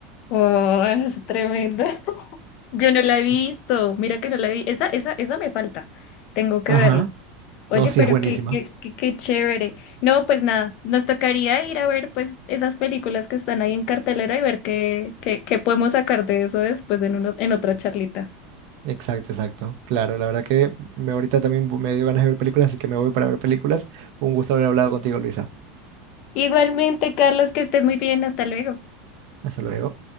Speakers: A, on the left; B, on the right.
A: Oh, es tremendo. <laughs> Yo no la he visto.
B: <laughs>
A: Mira que no la vi. Esa, esa, esa me falta. Tengo que
B: Ajá.
A: verla. Oye,
B: No, sí,
A: pero
B: es buenísima.
A: qué, qué, qué, qué chévere. No, pues nada, nos tocaría ir a ver pues esas películas que están ahí en cartelera y ver qué, qué, qué podemos sacar de eso después en, uno- en otra charlita.
B: Exacto, exacto. Claro, la verdad que me ahorita también bu- me dio ganas de ver películas, así que me voy para ver películas. Un gusto haber hablado contigo, Luisa.
A: Igualmente, Carlos, que estés muy bien. Hasta luego.
B: Hasta luego.